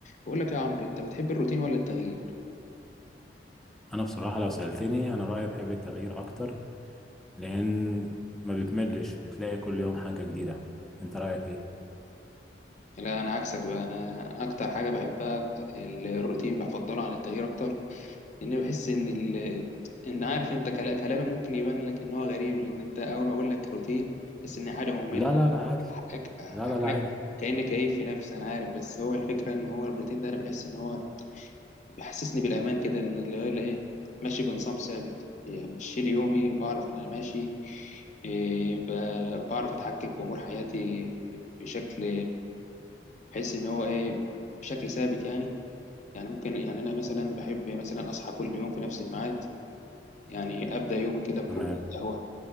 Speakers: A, on the left; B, in the centre.
A: بقول لك يا عمرو انت بتحب الروتين ولا التغيير
B: انا بصراحه لو سالتني انا رايي بحب التغيير اكتر لان ما بتملش بتلاقي كل يوم حاجه جديده انت رايك ايه
A: لا انا عكسك بقى انا اكتر حاجه بحبها ال- الروتين بفضله عن التغيير اكتر لان بحس ان ال... ان عارف انت كلا- كلامي ممكن يبان لك ان هو غريب لان انت اول ما اقول لك روتين تحس ان حاجه ممله
B: لا لا لا عادي
A: حقك-
B: لا لا لا
A: انا
B: عادي
A: كاني كيف في نفسي انا عارف بس هو الفكره ان هو الروتين ده انا بحس ان هو بيحسسني بالأمان كده لأن اللي هو اللي إيه ماشي بنظام ثابت يعني مش شيل يومي بعرف إن أنا ماشي إيه ب- بعرف أتحكم في أمور حياتي بشكل بحيث إن هو إيه بشكل ثابت يعني يعني ممكن يعني أنا مثلا بحب مثلا أصحى كل يوم في نفس الميعاد يعني أبدأ يومي كده بكوباية
B: تمام
A: قهوة